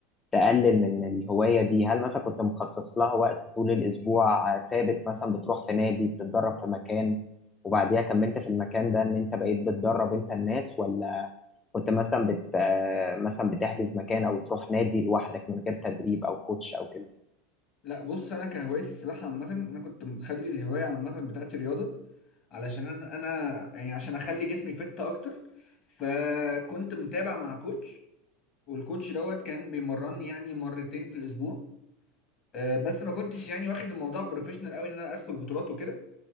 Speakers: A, on the left; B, on the left.
A: تقلل من الهواية دي هل مثلا كنت مخصص لها وقت طول الأسبوع آه، ثابت مثلا بتروح في نادي بتتدرب في مكان وبعديها كملت في المكان ده إن أنت بقيت بتدرب أنت الناس ولا كنت مثلا بت آه، مثلا بتحجز مكان أو تروح نادي لوحدك من غير تدريب أو كوتش أو كده؟
B: لا بص انا كان هوايتي السباحه عامه انا كنت مخلي الهوايه عامه بتاعتي رياضه علشان انا انا يعني عشان اخلي جسمي فت اكتر فكنت متابع مع كوتش والكوتش دوت كان بيمرني يعني مرتين في الاسبوع آه، بس ما كنتش يعني واخد الموضوع بروفيشنال قوي ان انا ادخل بطولات وكده